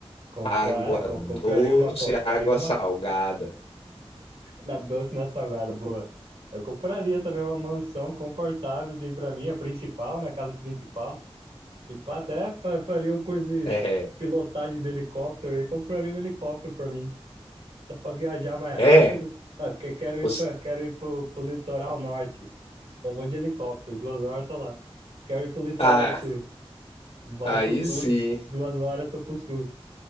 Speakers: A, on the right; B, on the left.
A: Comprar,
B: Água
A: ah, co-
B: doce,
A: compraria uma, pô,
B: água
A: faria uma
B: salgada.
A: Na doce, na salgada, boa. Eu compraria também uma mansão confortável, assim, pra mim, a principal, né? A casa principal. Se pá, até fa- faria um curso de
B: É,
A: pilotagem de helicóptero aí, compraria um helicóptero pra mim. Dá pra viajar mais
B: é.
A: rápido. Ah, que- quero ir
B: você-
A: pra, quero ir pro, pro litoral norte. Só vou de helicóptero, duas horas tô lá. Quero ir pro litoral
B: ah,
A: sul. Vai
B: aí
A: pro sul,
B: sim.
A: duas horas tô pro sul.